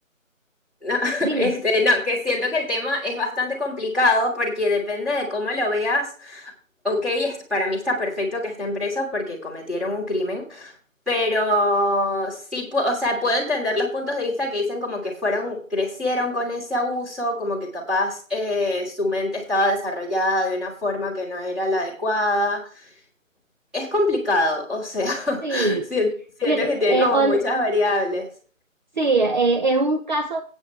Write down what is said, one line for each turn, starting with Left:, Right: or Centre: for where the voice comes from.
Centre: <laughs> no,
Right: dime.
Centre: este, no, que siento que el tema es bastante complicado porque depende de cómo lo veas. Ok, es- para mí está perfecto que estén presos porque cometieron un crimen, pero sí, pu- o sea, puedo entender los puntos de vista que dicen como que fueron, crecieron con ese abuso, como que capaz eh, su mente estaba desarrollada de una forma que no era la adecuada. Es complicado, o sea, <laughs>
Right: Sí,
Centre: si- siento
Right: cre-
Centre: que tiene
Right: eh,
Centre: como
Right: on-
Centre: muchas variables.
Right: sí, eh, es un caso